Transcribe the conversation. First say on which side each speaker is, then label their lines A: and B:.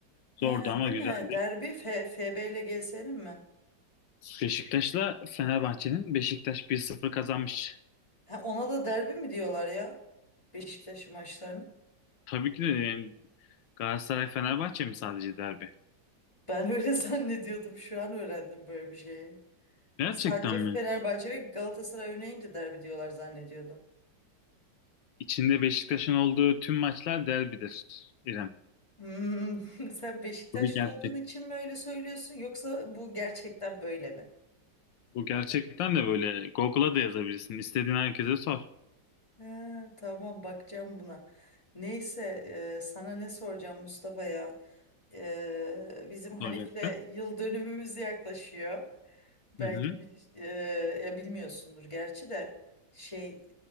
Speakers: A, on the left (about 80°); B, on the left (about 15°).
A: Zordu
B: He,
A: ama
B: değil
A: güzeldi.
B: mi? Derbi F FB ile GS'nin mi?
A: Beşiktaş'la Fenerbahçe'nin Beşiktaş 1-0 kazanmış.
B: Ha, ona da derbi mi diyorlar ya? Beşiktaş maçlarını.
A: Tabii ki de yani Galatasaray-Fenerbahçe mi sadece derbi?
B: Ben öyle <laughs> zannediyordum. Şu an öğrendim böyle bir şeyi.
A: Gerçekten
B: Sadece Fenerbahçe
A: mi?
B: ve Galatasaray oynayınca derbi diyorlar zannediyordum.
A: İçinde Beşiktaş'ın olduğu tüm maçlar derbidir İrem.
B: Hmm, <laughs> sen Beşiktaşlı
A: Bu bir gerçek.
B: olduğun için mi öyle söylüyorsun yoksa bu gerçekten böyle mi?
A: Bu gerçekten de böyle Google'a da yazabilirsin. İstediğin herkese sor.
B: Ha, tamam bakacağım buna. Neyse e, sana ne soracağım Mustafa ya. E, bizim Hanif'le
A: Soracaktı.
B: yıl dönümümüz yaklaşıyor. Belki
A: Hı hı.
B: bi- e, ya bilmiyorsundur gerçi de şey